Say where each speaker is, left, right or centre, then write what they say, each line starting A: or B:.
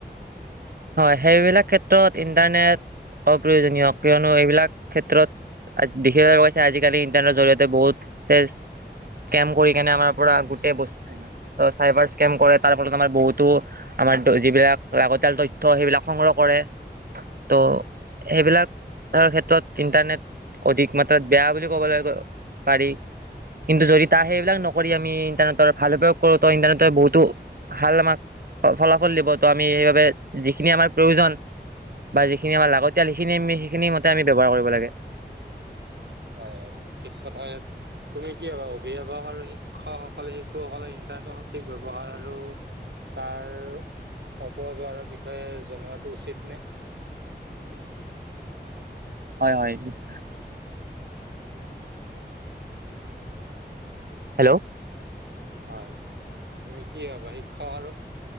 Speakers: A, on the right (about 55°); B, on the right (about 75°).
A: হয় সেইবিলাক ক্ষেত্ৰত ইন্টাৰনেট। অপ্ৰয়োজনীয় কিয়নো এইবিলাক ক্ষেত্ৰত দেখিব কৈছে আজিকালি ইণ্টাৰনেটৰ জৰিয়তে বহুতে। স্কেম কৰি কেনে আমাৰ পৰা গোটেই বস্তু চাইবাৰ স্কেম কৰে তাৰ ফলত আমাৰ বহুতো? আমাৰ যিবিলাক লাগতিয়াল তথ্য সেইবিলাক সংগ্ৰহ কৰে তো সেইবিলাক? তাৰ ক্ষেত্ৰত ইণ্টাৰনেট অধিক মাত্ৰাত বেয়া বুলি ক'বলৈ পাৰি কিন্তু যদি তাৰ সেইবিলাক নকৰি আমি ইণ্টাৰনেটৰ ভাল উপয়োগ কৰো ত ইণ্টাৰনেটৰ বহুতো ভাল আমাক ফলাফল দিব তো আমি সেইবাবে যিখিনি আমাৰ প্ৰয়োজন বা যিখিনি আমাৰ লাগতিয়াল সিখিনি আমি সেইখিনি মতে আমি ব্যৱহাৰ কৰিব লাগে।
B: হয় হয় ঠিক কথা তুমি কি হবা অভিভাৱক আৰু শিক্ষকসকলে শিশুসকলে তেনে সঠিক ব্যৱ্হাৰ আৰু তাৰ অপব্যৱহাৰৰ বিষয়ে জনোৱাতো উচিত নে
A: হয় হয় নিশ্চয় হেল্ল'
B: হয় তুমি কি হবা শিক্ষা আৰু